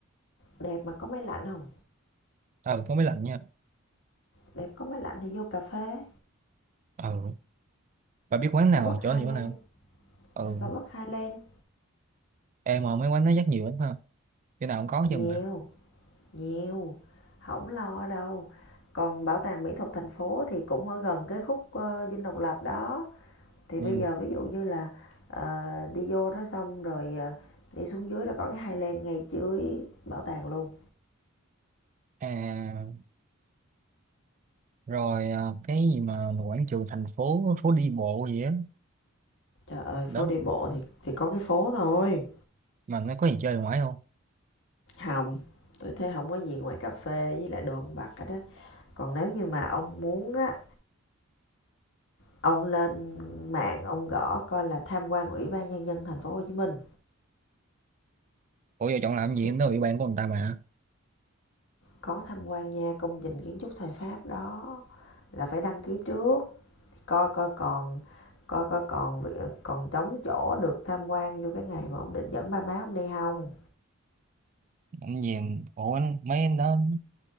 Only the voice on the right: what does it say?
ừ có máy lạnh nha
ừ bà biết quán
nào chỗ
nào chỗ nào ừ
em mà mấy quán nó rất nhiều lắm ha chỗ nào cũng có
chứ mà
ừ.
à rồi à, cái gì mà quảng trường thành phố phố đi bộ gì á
đó
mà nó có gì chơi ngoài không
ủa giờ chọn làm gì
em đó bị bạn của người ta mà
anh về ủa anh mấy anh đó